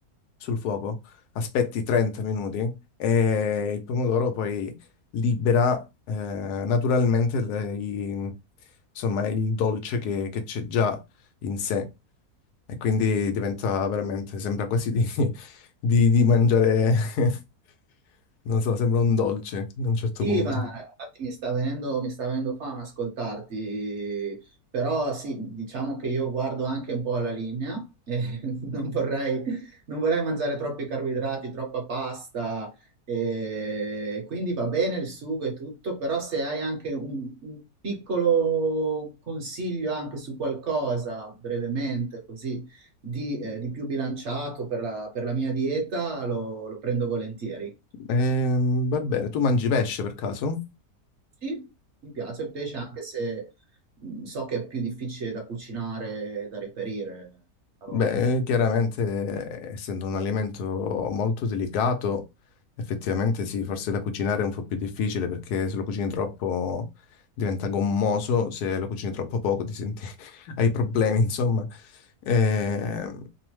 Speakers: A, on the left; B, on the right.
A: sul fuoco, aspetti 30 minuti e il pomodoro poi libera eh, naturalmente le- i- insomma, il dolce che che c'è già in sé e quindi diventa veramente, sembra quasi di, <laughs> di- di mangiare, <laughs> non so, sembra un dolce a un certo
B: Sì,
A: punto.
B: ma infatti mi sta venendo, mi sta venendo fame ascoltarti, però sì, diciamo che io guardo anche un po' alla linea, e <laughs> non vorrei, non vorrei mangiare troppi carboidrati, troppa pasta, e quindi va bene il sugo e tutto, però se hai anche un, un piccolo consiglio anche su qualcosa, brevemente così, di, eh, di più bilanciato per la, per la mia dieta, lo lo prendo volentieri.
A: Ehm, va bene, tu mangi pesce per caso?
B: Sì, mi piace il pesce anche se mh, so che è più difficile da cucinare e da reperire a volte.
A: Beh, chiaramente, eh, essendo un alimento molto delicato, effettivamente sì, forse da cucinare è un po' più difficile perché se lo cucini troppo diventa gommoso, se lo cucini troppo poco ti senti, <laughs> hai problemi, insomma. Ehm,